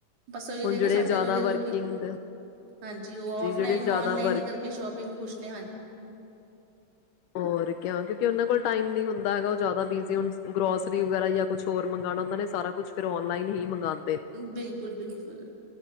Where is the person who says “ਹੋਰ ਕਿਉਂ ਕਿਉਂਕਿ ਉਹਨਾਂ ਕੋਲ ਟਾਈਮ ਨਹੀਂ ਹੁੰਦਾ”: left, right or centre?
Left